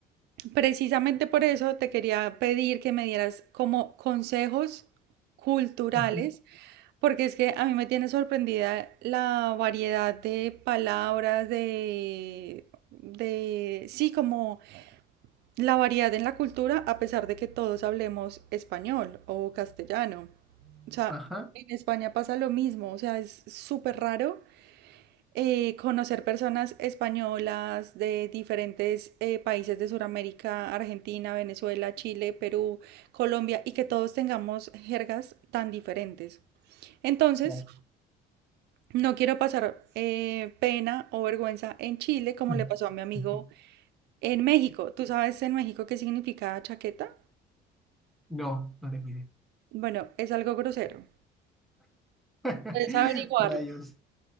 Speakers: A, on the right; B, in the centre.
A: precisamente por eso te quería pedir que me dieras como consejos culturales,
B: Ujú,
A: porque es que a mí me tiene sorprendida la variedad de palabras, de, de, sí, como La variedad en la cultura, a pesar de que todos hablemos español o castellano. O sea,
B: Ajá,
A: en España pasa lo mismo, o sea, es súper raro eh, conocer personas españolas de diferentes eh, países de Sudamérica, Argentina, Venezuela, Chile, Perú, Colombia, y que todos tengamos jergas tan diferentes. Entonces,
B: claro.
A: no quiero pasar eh, pena o vergüenza en Chile como
B: Mm.
A: le pasó a mi amigo
B: Ujú.
A: en México. ¿Tú sabes en México qué significa chaqueta?
B: No, no te cuide.
A: Bueno, es algo grosero.
B: <laughs>
A: Puedes averiguarlo.
B: Rayos,